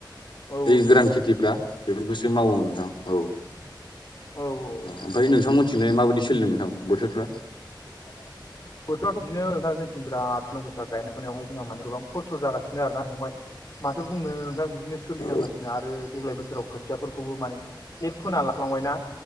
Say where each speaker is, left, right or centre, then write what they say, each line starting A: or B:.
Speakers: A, on the left; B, on the left.
A: औ
B: ओइ गोरान खेथिफ्रा बेफोरखौसो मावो नोंथां औ।
A: औ औ औ
B: ओमफ्राय नोंथांमोननिथिंजाय माबायदि सोलिदों नोंथां बोथोरफ्रा
A: <inaudible> बोथोराथ' बिदिनो दा जोंथिं बिराद सानदुं गोसा गायनाय फुनायावहाय जोंहा माने गोबां खस्थ' जागासिनो आरो ना फंबाय। माथो बुंनो नोंथां बिदिनो सोलिनांगासिनो
B: औ
A: आरो देग्लाय बोसोराव खोथियाफोरखौबो माने लेट फोना लाफ्लांबायना